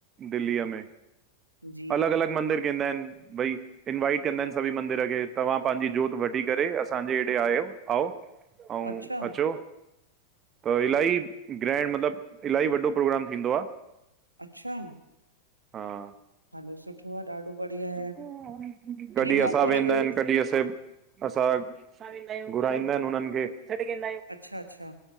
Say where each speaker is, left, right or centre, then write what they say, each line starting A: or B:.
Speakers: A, on the right; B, on the right.
A: दिल्लीअ में
B: जी
A: अलॻि-अलॻि मंदिर केदा ऐंन भई इन्वाइट कंदा आहिनि सभी मंदिर खे तव्हां पंहिंजी जोत वठी करे असांजे <unintelligible> आऔ आऊ
B: अच्छा
A: अचो त ईलाही ग्रैंड मतिलबु ईलाही वॾो प्रोग्राम थींदो आ।
B: अच्छा
A: हा
B: हलो सुठो आहे ॾाढो बढ़िया आहे
A: कॾहिं
B: मौको
A: असां वेंदा
B: लॻेव
A: आहिनि कॾहिं
B: त
A: असे असां घुराईंदा आहिनि हुननि खे।
B: अच्छा अच्छा